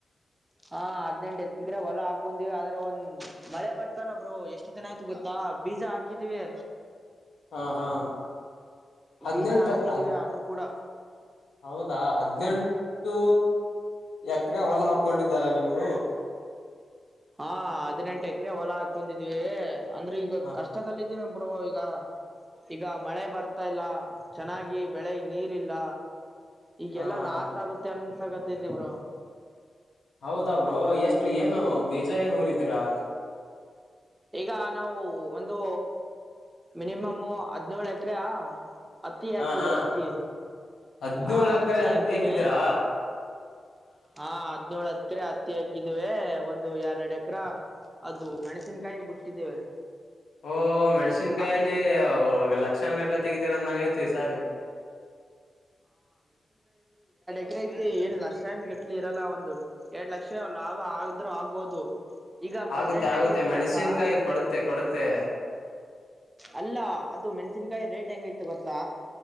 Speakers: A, on the right; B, on the left.
A: ಹಾ ಹದಿನೆಂಟು ಎಕ್ರೆ ಹೊಲ ಹಾಕೊಂಡಿವಿ ಆದ್ರೆ ಒಂದ್ ಮಳೆ ಬರ್ತಿಲ್ಲ ಬ್ರೋ ಎಷ್ಟು ದಿನ ಆಯ್ತು ಗೊತ್ತಾ ಬೀಜ ಹಾಕಿದೀವಿ
B: ಹಾ ಹಾ ಹದ್ನೆಂಟ
A: ಬೀಜ ಹಾಕಿದೀವಿ
B: ಹದ್
A: ಆದ್ರೂ ಕೂಡ
B: ಹೌದಾ ಹದ ಹದಿನೆಂಟ ಇಷ್ಟೂ ಎಕರೆ ಹೊಲ ಹಾಕೊಂಡಿದ್ದಾರ ನೀವು
A: ಹಾ ಹದಿನೆಂಟು ಎಕ್ರೆ ಹೊಲ ಹಾಕ್ ಹಾಕೊಂಡಿದ್ವಿ ಅಂದ್ರೆ ಈಗ
B: ಹ
A: ಕಷ್ಟದಲ್ಲಿ ಹಾಕೊಂಡಿದಿವಿ ಬ್ರೋ ಈಗ ಈಗ ಮಳೆ ಬರ್ತಾ ಇಲ್ಲ ಚೆನ್ನಾಗಿ ಬೆಳೆಗ್ ನೀರ್ ಇಲ್ಲ ಈಗೆಲ್ಲಾ
B: ಹಾ ಹಾ
A: ಲಾಸ್ ಆಗುತ್ತೆ ಅನ್ಸಗತ್ತೆ ಇರ್ಲಿ ಬ್ರೋ
B: ಹೌದ ಬ್ರೋ ಎಷ್ಟು ಏನು ಬೀಜ ಏನ್ ಹುರಿದ್ರಾ
A: ಈಗ ನಾವು ಒಂದು ಮಿನಿಮಮ್ ಮಿನಿಮಮ್ ಹದ್ನೇಳು ಎಕರೆ ಅತ್ತಿ ಹಾಕಿದ್ದೇವಿ
B: ಹಾ ಹಾ
A: ಅತ್ತಿ
B: ಹದ್ನೇಳು
A: ಹ
B: ಎಕರೆ
A: ಅತ್ತಿ
B: ಹತ್ತಿ
A: ಹಾಕಿದ್ದೇವೆ
B: ಹಾಕಿದ್ದೀರಾ
A: ಹಾ ಹದಿನೇಳು ಹತ್ ಎಕರೆ ಹತ್ತಿ ಹಾಕಿದ್ದೇವೆ ಒಂದು ಎರಡು ಎಕ್ರ ಅದು ಮೆಣಸಿನಕಾಯಿ ಬಿಟ್ಟಿದ್ದೇವೆ
B: ಓ ಮೆಣಸಿನಕಾಯಿ
A: ಆ ಮೆಣ
B: ಯಲ್ಲಿ ಲಕ್ಷನ್ ಗಟ್ಲೆ ತೆಗಿತೀರಂದಂಗಯ್ತು ಈ ಸಾರಿ
A: ಅ ಐತೆ ಏನ್ ಲಕ್ಷನ್ ಗಟ್ಟ್ಲೇ ಎನ್ ಇರಲ್ಲ ಒಂದು ಎರಡ್ ಲಕ್ಷ ಲಾಭ ಆದ್ರೂ ಆಗ್ಬೋದು ಈಗ ಪ್ರೆಸೆಂಟ್
B: ಆಗುತ್ತೆ ಆಗುತ್ತೆ
A: ಹೆಂಗೈತಿ
B: ಮೆಣಸಿನ್ಕಾಯಿ
A: ಗೊತ್ತಾ....
B: ಕೊಡುತ್ತೆ ಕೊಡುತ್ತೆ
A: ಅಲ್ಲ ಅದು ಮೆಣಸನ್ಕಾಯಿ ರೇಟ್ ಹೆಂಗೈತೆ ಗೊತ್ತಾ